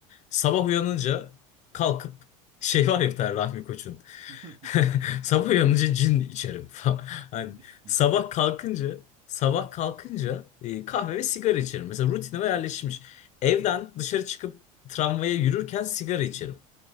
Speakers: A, on the left (about 40°); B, on the right (about 50°).
A: Sabah uyanınca kalkıp şey var ya bir tane Rahmi Koç'un.
B: <laughs>
A: <laughs> Sabah uyanınca cin içerim falan. <laughs> Hani
B: Viski
A: sabah
B: içer.
A: kalkınca sabah kalkınca e, kahve ve sigara içerim. Mesela rutinime yerleşmiş. Evden dışarı çıkıp tramvaya yürürken sigara içerim.